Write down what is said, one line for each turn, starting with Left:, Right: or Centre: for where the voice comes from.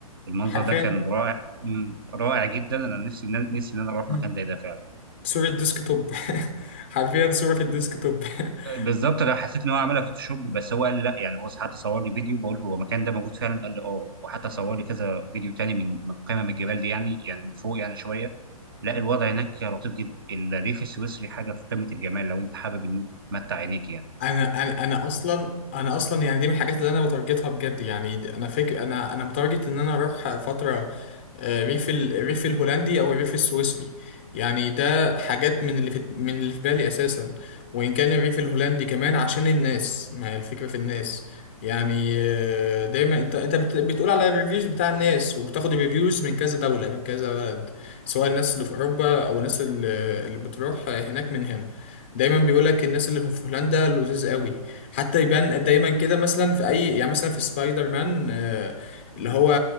Right: المنظر
Left: حرفيا
Right: ده كان رائع مم، رائع جدا أنا نفسي نفسي إن أنا أروح
Left: مم.
Right: مكان زي ده فعلا
Left: صورة ديسك توب <laughs> حرفيا صورة في الديسك توب <laughs>
Right: بالظبط انا حسيت ان هو عملها فوتوشوب بس هو قال لا يعني هو حتى صور لي فيديو بقول له هو المكان ده موجود فعلا قال لي اه وحتى صور لي كذا فيديو تاني من من قمم الجبال دي يعني يعني من فوق يعني شويه لا الوضع هناك لطيف جدا الريف السويسري حاجه في قمه الجمال لو انت حابب ان انت تمتع عينيك يعني
Left: انا انا انا اصلا انا اصلا يعني دي من الحاجات اللي انا بتارجتها بجد يعني د- انا فاكر انا انا متارجت ان انا اروح فتره آه، ريف ال- الريف الهولندي او الريف السويسري يعني ده حاجات من اللي في من اللي في بالي اساسا وان كان الريف الهولندي كمان عشان الناس ما هي الفكره في الناس يعني آه، دايما انت انت بت- بتقول على الريفيوز بتاع الناس وبتاخد الريفيوز من كذا دوله من كذا بلد سواء الناس اللي في اوروبا او الناس اللي اللي بتروح هناك من هنا دايما بيقول لك الناس اللي في هولندا لذيذ قوي حتى يبان دايما كده مثلا في اي يعني مثلا في سبايدر مان آه، اللي هو